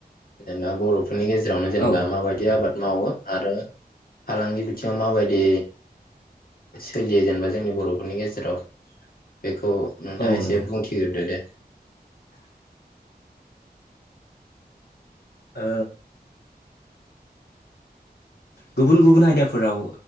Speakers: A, on the left (about 65°); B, on the left (about 85°).
A: जेनेबा बर' फोरनि गेजेरावनो जेनेबा
B: औ
A: माबायदि आबाद मावो आरो फालांगि बिथिङाव माबायदि सोलियो जेनेबा जोंनि बर'फोरनि गेजेराव बेखौ नोंथाङा
B: औ
A: एसे
B: नंगौ
A: बुंथिग्रोदो दे।
B: ओ गुबुन गुबुन आयदाफोराव